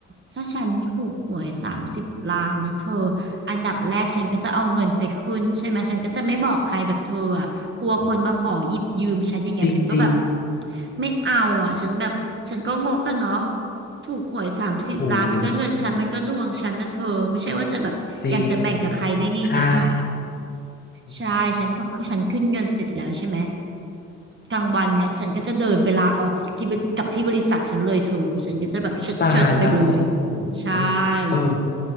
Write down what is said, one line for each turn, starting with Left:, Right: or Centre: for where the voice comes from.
Right: ถ้าฉันถูกหวยสามสิบล้านนะเธออันดับแรกฉันก็จะเอาเงินไปขึ้นใช่ไหมฉันก็จะไม่บอกใครแบบเธออะกลัวคนมาขอหยิบยืมฉันอย่างเงี้ยฉันก็แบบ
Left: อืมจริง
Right: ไม่เอาอ่ะฉันแบบฉันก็งกอะเนาะถูกหวยสามสิบล้านมันก็เงินฉันมันก็ดวงฉันนะเธอไม่ใช่ว่าจะแบบอยากจะแบ่งกับใครได้ง่าย
Left: ๆโอ้ยจริงใช่อืม
Right: ใช่ฉันพอคือฉันขึ้นเงินเสร็จแล้วใช่ไหมกลางวันเนี่ยฉันก็จะเดินไปลาออกจากที่บริกับที่บริษัทฉันเลยเธอฉันก็จะแบบเชิดเชิดไปเลย
Left: ตายละโอ้โห
Right: ใช่
Left: เออ